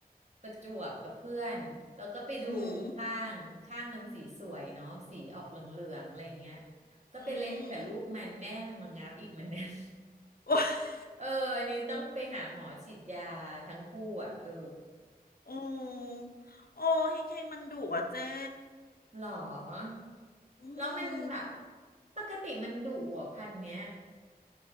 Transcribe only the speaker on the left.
อืม
อืมโอ้
โอ้โอ้เฮงเฮงมันดุอ่ะเจ๊
อืม